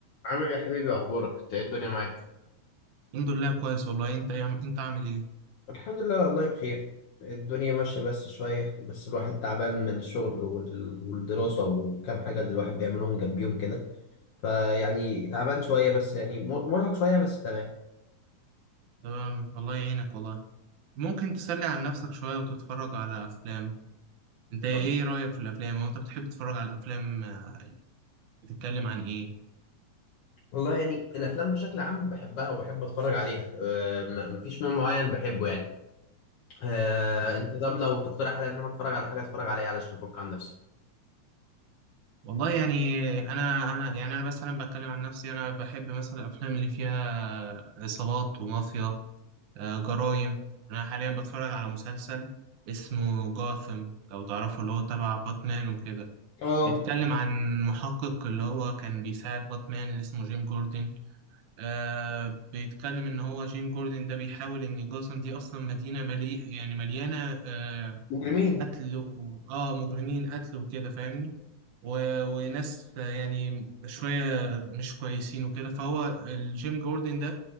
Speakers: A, on the left; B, on the right.
A: عامل إيه يا حبيبي اخبارك انت ايه الدنيا معاك
B: الحمد لله كويس والله انت ايه عم- انت عامل ايه
A: الحمد لله والله بخير الدنيا ماشية بس شوية بس الواحد تعبان من الشغل وال- والدراسة وكام حاجة اللي الواحد بيعملهم جنبيهم كده فيعني تعبان شوية بس يعني مر- مرهق شوية بس تمام
B: تمام الله يعينك والله ممكن تسلي عن نفسك شوية وتتفرج على افلام انت ايه
A: طب
B: رأيك في الافلام او انت بتحب تتفرج على الافلام آه، بتتكلم عن ايه
A: والله يعني الأفلام بشكل عام بحبها وبحب أتفرج عليها أه م- مفيش نوع معين بحبه يعني أه
B: تمام
A: أنت طب لو تقترح عليا إن أنا أتفرج على حاجة أتفرج عليها علشان أفك عن نفسي
B: والله يعني انا انا يعني انا مثلا بتكلم عن نفسي انا بحب مثلا الافلام اللي فيها عصابات ومافيا آه، جرايم انا حاليا بتفرج على مسلسل اسمه جاثم لو تعرفه اللي هو تبع باتمان وكده
A: اه
B: بيتكلم عن محقق اللي هو كان بيساعد باتمان اللي اسمه جيم جوردن آه بيتكلم ان هو جيم جوردن ده بيحاول ان جاثام دي اصلا مدينه ملي يعني مليانه آه
A: مجرمين
B: قتل و... اه مجرمين قتل وكده فاهمني و... وناس آه، يعني شويه مش كويسين وكده فهو الجيم جوردن ده